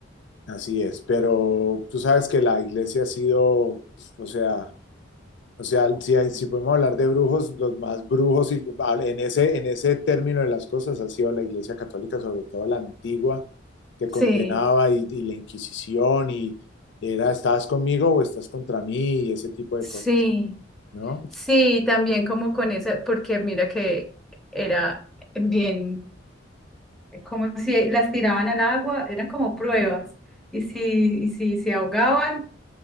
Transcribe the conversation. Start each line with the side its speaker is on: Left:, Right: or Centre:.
Left: así es, pero tú sabes que la iglesia ha sido, o sea, o sea, si, hay- si podemos hablar de brujos, los más brujos y, ah, en ese, en ese término de las cosas ha sido la iglesia católica, sobre todo la antigua, que
Centre: Sí,
Left: condenaba y, y la Inquisición y era, ¿estás conmigo o estás contra mí? y ese tipo de
Centre: sí,
Left: cosas, ¿no?
Centre: sí, también como con esa, porque mira que era bien. Es como si las tiraban al agua, eran como pruebas. Y si, y si se ahogaban,